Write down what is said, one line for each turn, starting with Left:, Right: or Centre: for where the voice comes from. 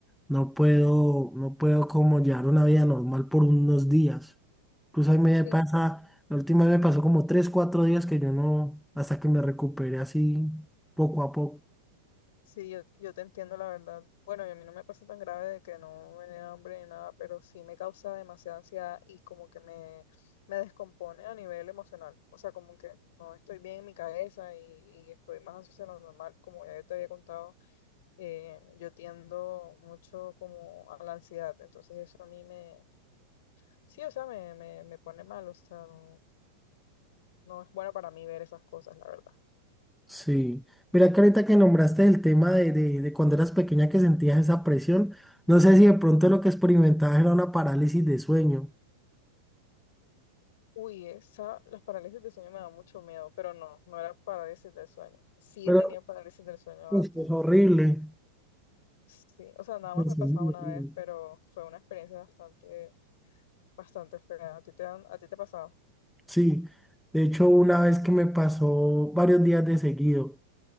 Centre: no puedo, no puedo como llevar una vida normal por unos días. Incluso ahí me
Left: Sí,
Centre: pasa, la última vez me pasó como tres, cuatro días que yo no, hasta que me recuperé así poco a poco.
Left: Sí, yo, yo te entiendo la verdad. Bueno, y a mí no me pasa tan grave de que no me dé hambre ni nada, pero sí me causa demasiada ansiedad y como que me, me descompone a nivel emocional. O sea, como que no estoy bien en mi cabeza y, y estoy más ansiosa de lo normal. Como ya yo te había contado, eh, yo tiendo mucho como a la ansiedad. Entonces eso a mí me, sí, o sea, me, me, me pone mal. O sea, no, no es bueno para mí ver esas cosas, la verdad.
Centre: Sí, mira que ahorita que nombraste el tema de, de, de cuando eras pequeña que sentías esa presión, no sé si de pronto lo que experimentabas era una parálisis de sueño,
Left: Uy, esa, las parálisis del sueño me dan mucho miedo, pero no, no era parálisis del sueño. Sí
Centre: pero
Left: he tenido parálisis del sueño
Centre: pues,
Left: antes.
Centre: es horrible.
Left: Sí, o sea, nada más me
Centre: es
Left: pasaba
Centre: muy
Left: una
Centre: horrible.
Left: vez, pero fue una experiencia bastante, bastante fea. ¿A ti te han, a ti te ha pasado?
Centre: Sí, de hecho una vez que me pasó varios días de seguido.